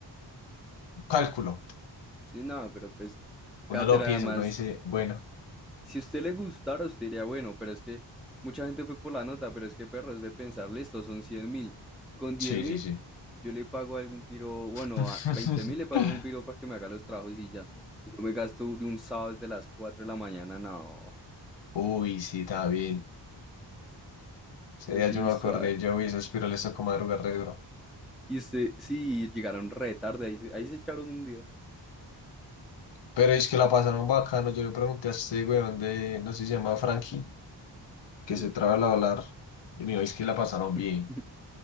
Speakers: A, on the left; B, in the centre.
A: cálculo.
B: si nada, pero pues, cátedra,
A: Uno lo piensa,
B: además,
A: uno dice, bueno,
B: si usted le gustara, usted diría, bueno, pero es que mucha gente fue por la nota, pero es que perro, es de pensar, listo, son cien mil. Con diez
A: sí,
B: mil,
A: sí, sí.
B: yo le pago a algún piro, bueno,
A: <laughs>
B: a veinte mil le pago a algún piro para que me haga los trabajos y ya. Y no me gasto de un sábado desde las cuatro de la mañana, no,
A: Uy, sí, también.
B: eso
A: Ese día
B: sí,
A: yo me
B: suave.
A: acordé, yo vi esos piroles tocó madrugar re duro.
B: Y usted, sí, llegaron re tarde, ahí, se- ahí se echaron un día.
A: Pero es que la pasaron bacano. Yo le pregunté a este weón de, no sé si se llama Frankie.
B: Sí,
A: que
B: eso.
A: se traba al hablar. Y me dijo, es que la pasaron
B: <laughs>
A: bien.